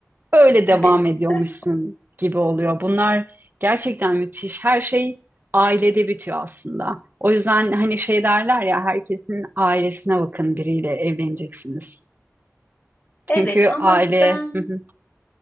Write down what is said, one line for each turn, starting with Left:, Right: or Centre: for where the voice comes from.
Right: böyle devam
Left: Evet.
Right: ediyormuşsun
Left: <laughs>
Right: gibi oluyor. Bunlar gerçekten müthiş. Her şey ailede bitiyor aslında. O yüzden hani şey derler ya herkesin ailesine bakın biriyle evleneceksiniz. Çünkü
Left: Evet ama
Right: aile
Left: ben
Right: Hı hı.